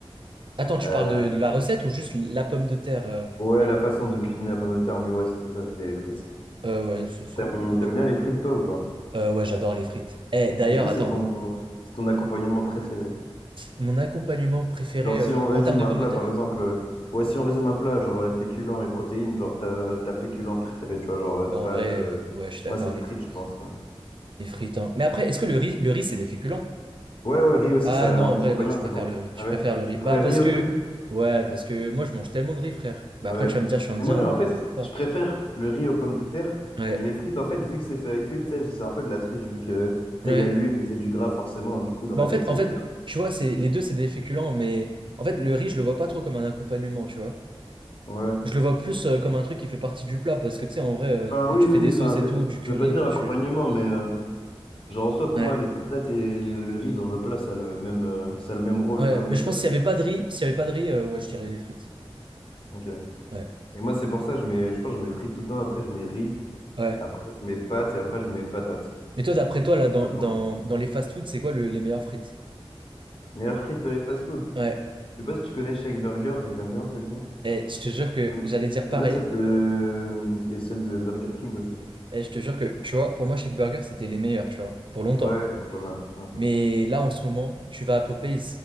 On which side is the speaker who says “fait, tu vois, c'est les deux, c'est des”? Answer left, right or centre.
Right